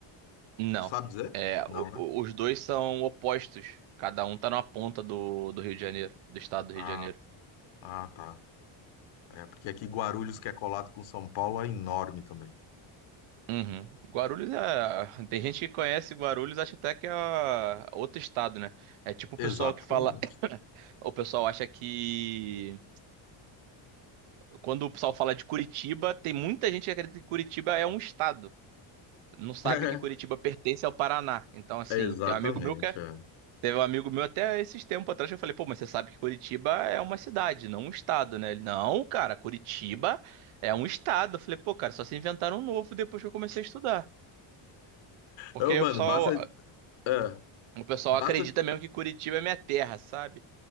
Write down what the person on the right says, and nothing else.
Não.
É,
o-
o- os dois são opostos. Cada um tá numa ponta do, do Rio de Janeiro, do estado do
Rio de Janeiro.
Uhum. Guarulhos é. <laughs> Tem gente que conhece Guarulhos, acha até que é ah, outro estado, né? É tipo o
pessoal que fala. <coughs> <clears throat> O pessoal acha que. quando o pessoal fala de Curitiba, tem muita gente que acredita que Curitiba é um estado. Não sabe
que Curitiba pertence ao Paraná. Então, assim,
tem um amigo meu que é-
teve um amigo meu até esses tempos atrás que eu falei, pô, mas você sabe que Curitiba é uma cidade, não um estado, né? Ele, não, cara, Curitiba é um estado. Eu falei, pô, cara, só se inventaram um novo depois que eu comecei a estudar. Porque
o pessoal,
o pessoal
acredita mesmo que Curitiba é minha terra, sabe?